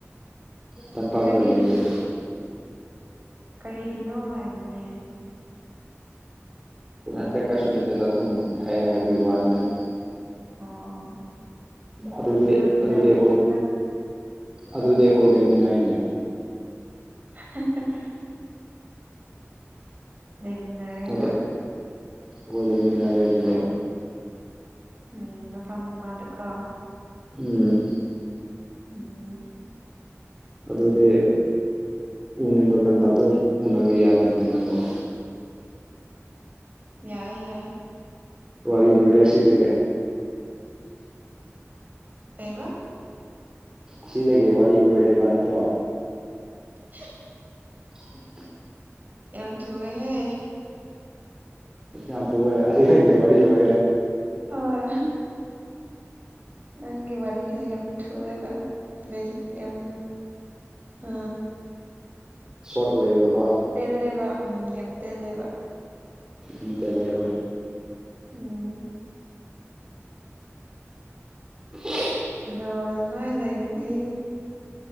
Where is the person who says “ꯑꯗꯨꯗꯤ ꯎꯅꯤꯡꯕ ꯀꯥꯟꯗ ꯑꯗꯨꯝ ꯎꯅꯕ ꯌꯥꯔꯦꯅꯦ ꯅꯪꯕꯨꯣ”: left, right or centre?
Right